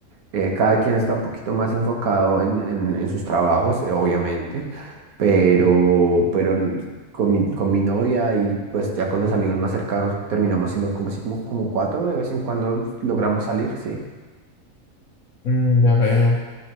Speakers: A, on the right; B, on the left.
A: eh, cada quien está un poquito más enfocado en, en- en sus trabajos, eh, obviamente, pero, pero n- con mi, con mi novia y pues ya con los amigos más cercanos terminamos siendo como así como, como cuatro, de vez en cuando logramos salir, sí.
B: Mm, ya veo.